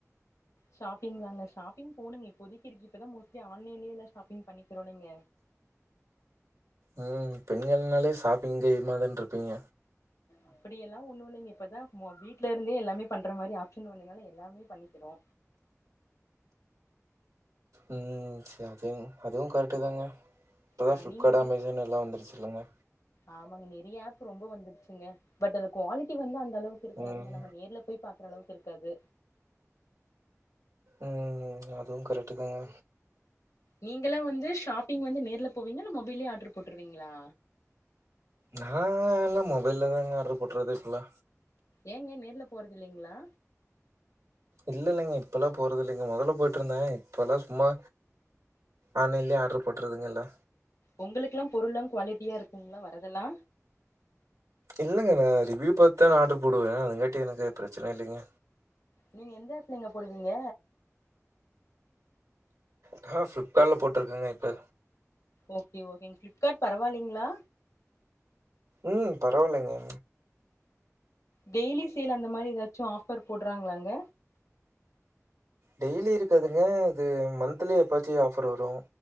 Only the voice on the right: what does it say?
ம் பெண்கள்னாலே ஷாப்பிங் கையுமா தான்ட்ருப்பீங்க
உம் செர்அதுயுங் அதுவு கரெக்ட்டு தாங்க இப்பதா
ஃப்ளிப்காட்
அமேசான் எல்லா வந்துருச்சுல்லங்க
ம்
ம் அதுவு கரெக்ட்டு தாங்க
நா எல்லா மொபைல்லதாங்க ஆர்டர் போட்டறது இப்பல்லா
இல்ல இல்லைங்க இப்பெல்லா போறது இல்லைங்க மொதல்ல போய்ட்டு இருந்தே இப்பல்லா சும்மா ஆன்லைன்லே ஆர்டர் போட்றதுங்க எல்லா
இல்லங்க நா ரிவ்யூ பாத்துதா நா ஆர்டர் போடுவ அதுங்காட்டி எனக்கு பிரச்சன இல்லங்க
நா ஃப்ளிப்காட்ல போட்ருக்கங்க இப்ப
ம் பரவால்லங்க
டெய்லி இருக்காதுங்க அது மந்த்லி எப்பாச்சு ஆஃபர் வரு